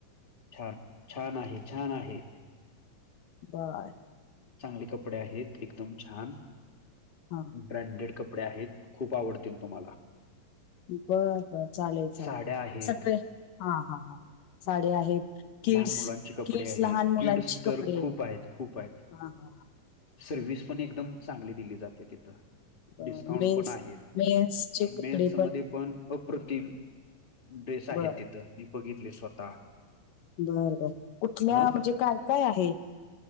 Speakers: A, on the left; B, on the left.
A: छान छान आहे छान आहे
B: बर
A: चांगले कपडे आहेत एकदम छान
B: हा
A: ब्रँडेड कपडे आहेत खूप आवडतील तुम्हाला
B: बर बर चालेल चालेल
A: साड्या आहेत
B: सगळे हा हा हा साडे आहेत किड्स
A: लहान मुलांचे कपडे
B: किड्स
A: आहेत
B: लहान मुलांची
A: किड्स तर
B: कपडे.
A: खूप आहेत खूप आहेत
B: हां, हां, हां.
A: सर्विस पण एकदम चांगली दिली जाते तिथं
B: बरं.
A: डिस्काउंट
B: मेन्स
A: पण आहेत
B: मेन्सचे
A: मेन्स
B: कपडे
A: मध्ये पण अप्रतिम ड्रेस आहे
B: बरं,
A: तिथं मी बघितले स्वतः
B: बर बर कुठल्या
A: अ
B: म्हणजे काय काय आहे